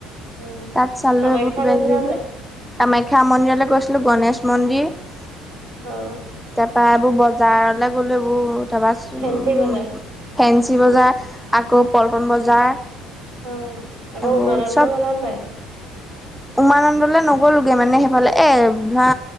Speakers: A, on the right; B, in the centre.
A: উম,
B: তাত চালো
A: কামাখ্যা
B: এইবো কিবা
A: গৈছিলা
B: কিবিবোৰ।
A: নাই?
B: কামাখ্যা মন্দিৰলৈ গৈছিলো গণেশ মন্দিৰ তা,
A: অ',
B: তা পৰা এইবোৰ বজাৰলৈ গ'লো এইবোৰ তাপা চত,
A: ফেঞ্চি বজাৰ
B: ফেঞ্চি বজাৰ আকৌ পল্টন বজাৰ।
A: অ আকৌ
B: এইবোৰ
A: উমানন্দ
B: চব
A: গ'লা নাই।
B: উমানন্দলৈ নগ'লোগৈ মানে সেইফালে এ ধৰা